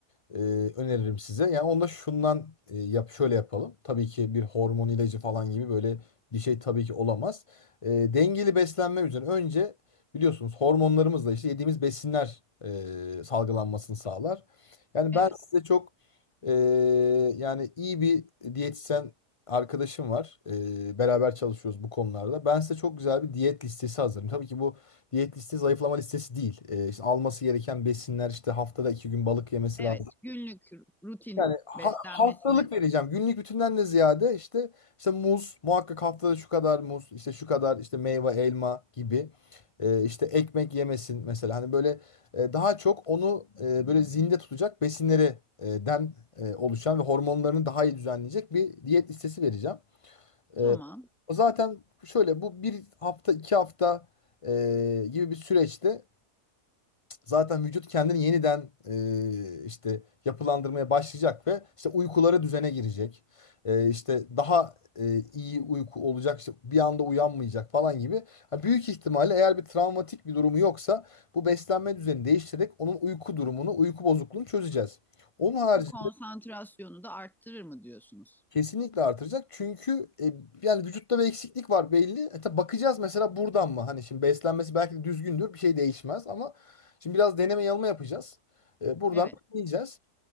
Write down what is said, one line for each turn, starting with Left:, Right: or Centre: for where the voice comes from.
Left: e, öneririm size. Yani onda şundan e, yap şöyle yapalım. Tabii ki bir hormon ilacı falan gibi böyle bir şey tabii ki olamaz. E, dengeli beslenme üzerine önce biliyorsunuz hormonlarımızla işte yediğimiz besinler e, salgılanmasını sağlar. Yani
Centre: Evet,
Left: ben size çok e, yani iyi bir diyetisyen arkadaşım var. E, beraber çalışıyoruz bu konularda. Ben size çok güzel bir diyet listesi hazırım. Tabii ki bu diyet listesi zayıflama listesi değil. E, işte alması gereken besinler işte haftada iki gün balık yemesi lazım
Centre: evet. Günlük rutin
Left: yani ha-
Centre: beslenmesinin
Left: haftalık vereceğim. Günlük bütünden de ziyade işte işte muz muhakkak haftada şu kadar muz işte şu kadar işte meyve elma gibi Ee, işte ekmek yemesin mesela hani böyle e, daha çok onu e, böyle zinde tutacak besinleri e, den e, oluşan ve hormonlarını daha iyi düzenleyecek bir diyet listesi vereceğim. Ee,
Centre: tamam.
Left: o zaten şöyle bu bir hafta iki hafta e, gibi bir süreçte zaten vücut kendini yeniden e, işte yapılandırmaya başlayacak ve işte uykuları düzene girecek. E, işte daha e, iyi uyku olacak işte bir anda uyanmayacak falan gibi. Ha, büyük ihtimalle eğer bir travmatik bir durumu yoksa bu beslenme düzeni değiştirerek onun uyku durumunu, uyku bozukluğunu çözeceğiz. Onun harici
Centre: Bu konsantrasyonu da arttırır mı diyorsunuz?
Left: Kesinlikle artıracak. Çünkü e, yani vücutta bir eksiklik var belli. E, tabii bakacağız mesela buradan mı? Hani şimdi beslenmesi belki de düzgündür. Bir şey değişmez ama şimdi biraz deneme yanılma yapacağız. E, buradan
Centre: Evet,
Left: bakmayacağız.